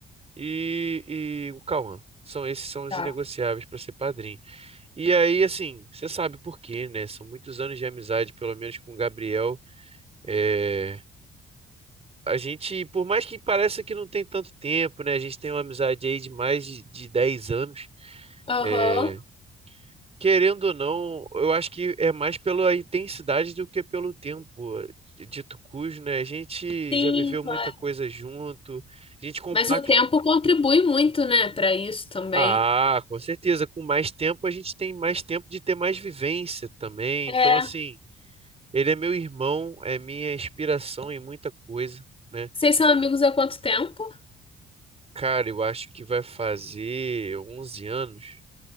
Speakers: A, on the right (about 30°); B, on the left (about 30°).
A: e, e o Cauã. São esses são os
B: Tá.
A: inegociáveis para ser padrinho. E aí, assim, você sabe por quê, né? São muitos anos de amizade, pelo menos com o Gabriel. É, a gente, por mais que pareça que não tem tanto tempo, né? A gente tem uma amizade aí de mais de, de 10 anos.
B: Aham.
A: É, Querendo ou não, eu acho que é mais pela intensidade do que pelo tempo. Dito cujo, né? A gente
B: Sim,
A: já viveu
B: claro.
A: muita coisa junto, a gente compacta.
B: Mas o tempo contribui muito, né, Pra isso também.
A: Ah, com certeza. Com mais tempo, a gente tem mais tempo de ter mais vivência também.
B: É.
A: Então, assim, ele é meu irmão, é minha inspiração em muita coisa, né?
B: Vocês são amigos há quanto tempo?
A: Cara, eu acho que vai fazer 11 anos.